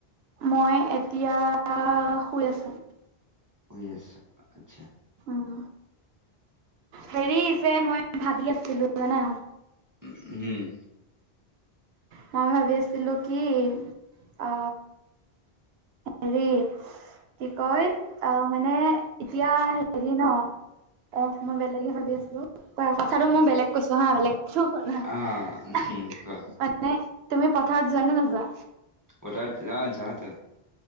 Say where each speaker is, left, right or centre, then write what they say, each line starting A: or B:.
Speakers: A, on the right; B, on the right.
A: মই এতিয়া শুই আছোঁ।
B: শুই আছা, আচ্ছা।
A: উম, হেৰি যে মই ভাবি আছিলো জানা।
B: উম, হম্।
A: মই ভাবি আছিলোঁ কি, আ হেৰি কি কয় আ, মানে এতিয়া হেৰি ন? অ', মই বেলেগহে ভাবি আছিলোঁ। ক-কথাটো মোৰ বেলেগ কৈছো হা বেলেগ <unintelligible>
B: আহ উম কোৱা
A: নে, তুমি পথাৰত যোৱা নে নোযোৱা?
B: পথাৰত অ', যাওঁ তো।